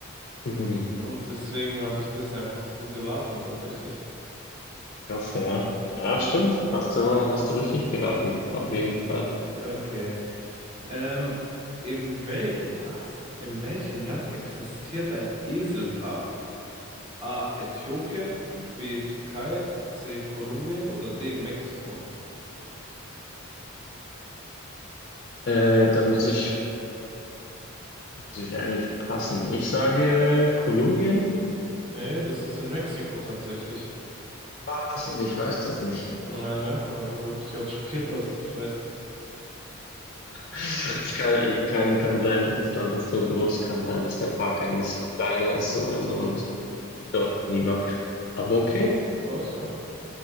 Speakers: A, on the left; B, on the right.
A: <laughs>
B: Und deswegen habe ich das einfach so geraten, tatsächlich.
A: Krass, ja. Ja, stimmt. Hast du, hast du richtig geraten,
B: <laughs>
A: auf
B: Hm.
A: jeden Fall.
B: Okay. Ähm, im Wel was? In welchem Land existiert ein Eselpark? A. Äthiopien, B. Türkei, C. Kolumbien oder D. Mexiko?
A: Äh, da muss ich, muss ich eigentlich passen. Ich sage Kolumbien.
B: Nee, das ist in Mexiko tatsächlich.
A: Was? Und ich weiß das nicht. <laughs>
B: Ja, ne? Da hab ich gerade schockiert, dass ich nicht weiß.
A: Es Kann, ich kann, kann sein, das Land ist so groß, kann sein, dass der Park ein bisschen kleiner ist oder so
B: Mhm.
A: und ich dort nie war. Aber
B: Ja,
A: okay.
B: aber krass, ja.